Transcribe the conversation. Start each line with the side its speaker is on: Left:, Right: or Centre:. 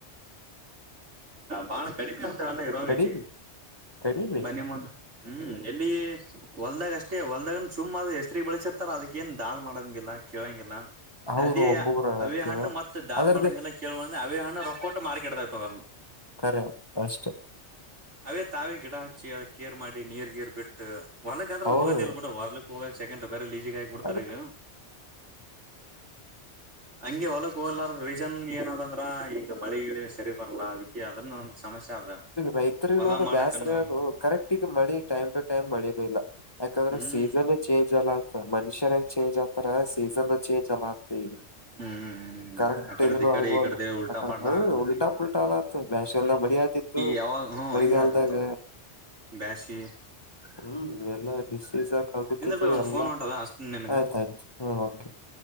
Right: ಬಾಳ ಕಡಿಮೆ ರೈಟ್ ಅನ್ಸತ್ತೆ
Left: ಕಡಿಮಿ ಕಡಿಮಿ
Right: ಮನೆ ಮುಂದ ಹ್ಮ್ ಎಲ್ಲಿ ಹೊಲ್ದಾಗ ಅಷ್ಟೇ ಹೊಲ್ದಾಗನು ಸುಮ್ಮ್ ಆದ ಹೆಸರು ಬೆಳೆಸಿರ್ತಾರ ಅದಕ್ಕೇಏನು ದಾದ ಮಾಡೋಂಗಗೆಿಲ್ಲ ಕೇಳೋಂಗಿಲ್ಲ
Left: ಹೌದು
Right: ಅದೇ
Left: ಒಬ್ಬೊಬ್ರ
Right: ಅವೇ
Left: ಕೇಳ
Right: ಹಣ್ಣು ಮತ್ತ ದಾದ
Left: ಅದರ್ದೇ
Right: ಮಾಡಡಗೆಲ್ಲ ಕೇಳ ಮಾಡ್ರೆ ಅವೇ ಹಣ್ಣು ರೊಕ್ಕೊಂಡ ಕೇಡದಾ ಇ <inaudible>
Left: ನಿಜ ಅಷ್ಟೇ
Right: ಅವೇ ತಾವಿ ಗಿಡ ಹಚ್ಚಿ ಅದ ಕೇರ್ ಮಾಡಿ ನೀರ್ ಗೀರ್ ಬಿಟ್ಟು ಹೊರ್ಗ ಆದ್ರೆ
Left: ಹೌದು
Right: ಹೋಗೋದಿಲ್ ಕೂಡ ಹೊರ್ಲ ಹೋಗೋದು ಸೆಕೆಂಡ್ ರಲೀಸ್ ಹಾಗ್ಬಿಡ್ತಾರೆ
Left: ಅದ
Right: ಇವಾಗ ಹಂಗೆ ಹೊಲಕ್ ಹೋಲ್ಲಾರ ರೀಜನ್ ಏನದಂದ್ರ ಈಗ ಮಳೆ ಸರಿಯಾಗ್ ಬರಲ್ಲ ಅದೊಂದ್ ಸಮಸ್ಯೆ ಅದ
Left: ರೈತರಿಗೆ
Right: ಹೊಲ
Left: ತುಂಬಾ
Right: ಮಾಡಕನ್ನು
Left: ಬೇಜಾರು ಯಾಕಂದರೆ ಟೈಮ್ ಗೆ ಮಳೆ ಬರಲ್ಲ ಏನಿಲ್ಲ ಅ
Right: ಹ್ಮ್
Left: ಸೀಸನ್ ಚೇಂಜ್ ಅಲ್ಲ ಆತ್ತ ಮನುಷ್ಯ ಹೆಂಗ್ ಚೇಂಜ್ ಆತಾರ ಸೀಸನ್ ಚೇಂಜ್ ಅಲ್ಲತ ಈಗ
Right: ಹ್ಮ್ ಹ್ಮ್
Left: ಕರೆಕ್ಟ್
Right: ಆ ಕಡೆದ
Left: ಇದನು
Right: ಈ ಕಡೆ
Left: ಆಗುವಂತ
Right: ಈ ಕಡೆದ ಉಲ್ಟಾ
Left: ಯಾಕ್ರ
Right: ಪಾಲ್ಟಾ ಹಾಕೊಂತೀವಿ
Left: ಉಲ್ಟಾ ಪಲ್ಟಾ ಅಲತ್ ಬ್ಯಾಷ ಎಲ್ಲ ಮಡಿ ಆತಿತ್ತು
Right: ಯಾವಾಗ್ಲೂ
Left: ಮಳಿಗಾಲದಾಗ
Right: ಇಂಗೆ ಬೇಜಾರಲ್ಲಿ ಇರೋದು
Left: ಹ್ಮ್ ಎಲ್ಲ ನಿಶ್ಚೇಿಸ ಕದುಕಿತು
Right: ನಿಂದ್ರ ಬೇ ಒಂದ್
Left: ಎಲ್ಲಾ
Right: ಫೋನ್ ಹೊಂಟದ ಅಸ್ತಿನ್ ನಿನಗ
Left: ಆಯ್ತಯ್ತು ಹ್ಮ್ ಕೆ <inaudible>